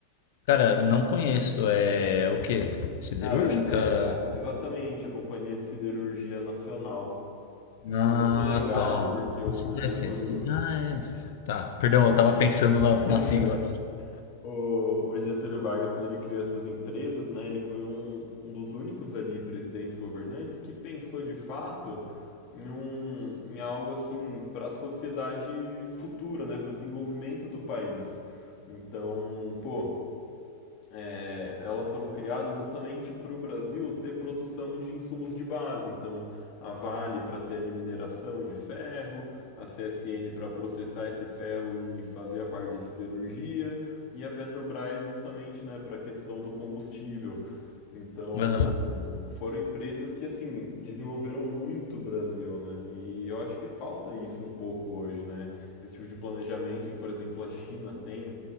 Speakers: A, on the left (about 55°); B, on the left (about 40°).
A: Cara, não conheço. É o quê? Siderúrgica?
B: Cara, é exatamente a Companhia de Siderurgia Nacional.
A: Ah,
B: Foi muito legal
A: tá.
B: porque o
A: Não sei se
B: Getúlio,
A: é assim. assim. Ah, é. Tá, perdão,
B: o Get-
A: eu tava pensando na,
B: <laughs>
A: na sigla.
B: o- o Getúlio Vargas, quando ele criou essas empresas, né, ele foi um, um dos únicos ali presidentes governantes que pensou de fato em, um, em algo assim para a sociedade futura, né, para o desenvolvimento do país. Então, pô, é, elas foram criadas justamente para o Brasil ter produção de insumos de base. Então, a Vale para ter ali mineração de ferro, a CSN para processar esse ferro e fazer a parte de siderurgia, e a Petrobras justamente né, para a questão do combustível. Então,
A: Aham.
B: foram empresas que assim desenvolveram muito o Brasil, né? E eu acho que falta isso um pouco hoje, né? Esse tipo de planejamento que, por exemplo, a China tem